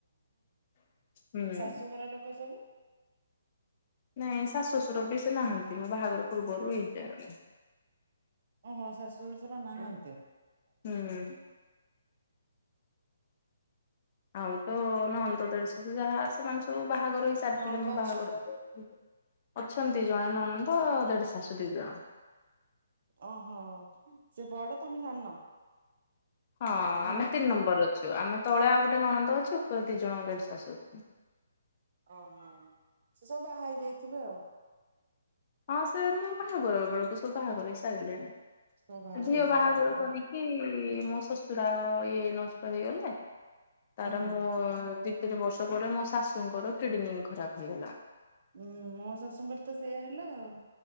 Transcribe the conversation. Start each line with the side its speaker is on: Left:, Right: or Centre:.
Left: ହୁଁ।
Right: ଶାଶୁ ଘର ଲୋକ ସବୁ
Left: ନାଇଁ ଶାଶୁ ଶଶୁର ବି ସେ ନାହାଁନ୍ତି ମୁଁ ବାହାଘର ପୂର୍ବରୁ ହେଇଯାଏ।
Right: ଓହୋ ଶାଶୁ ଶଶୁର ନାହାନ୍ତି।
Left: ହୁଁ। ଆଉ ତ ନ ଅନ୍ତଦଳଶ ଯାହା ସେମାନେ ସବୁ ବାହାଘର ହେଇ ସାରିଥିଲେ
Right: ନଣନ୍ଦ
Left: ମୁଁ
Right: ଅଛନ୍ତି
Left: ବାହାଘର। ଅଛନ୍ତି ଜଣେ ନ ଅଣନ୍ଦ ଦେଢ଼ ଶାଶୁ ଦି ଜଣ।
Right: ଓହୋ ସେ ବଡ ତମେ ସାନ?
Left: ହଁ ଆମେ
Right: ନା?
Left: ତିନ୍ ନମ୍ବର
Right: ହୁଁ
Left: ଅଛୁ ଆମେ ତଳେ ଆଉ ଗୋଟେ ନଣନ୍ଦ ଅଛୁ ଉପରେ ଦି ଜଣ ଦେଢ ଶାଶୁ।
Right: ଓହୋ ସେ ସବୁ ବାହା ହେଇ ଯାଇଥିବେ ଆଉ।
Left: ହଁ ସାର୍ ମୁଁ ବାହାଘର ବେଳକୁ ସବୁ ବାହାଘର ହେଇ ସାରିଲେଣି
Right: ସବୁ ବାହାଘର
Left: ଝିଅ
Right: ହେଇ
Left: ବାହାଘର
Right: ସାରିଲାଣି ହେଲା
Left: କରି କି ମୋ ଶଶୁରାାଗ ଇଏ ନଷ୍ଟ ହେଇଗଲେ ତାର
Right: ହୁଁ।
Left: ମୁଁ ଦି ତିନି ବର୍ଷ ପରେ ମୋ ଶାଶୁଙ୍କର କିଡନୀ ଖରାପ ହେଇଗଲା।
Right: ଉୁଁ ମୋ ଶାଶୁଙ୍କର ତ ସେଇୟା ହେଲା ଆଉ।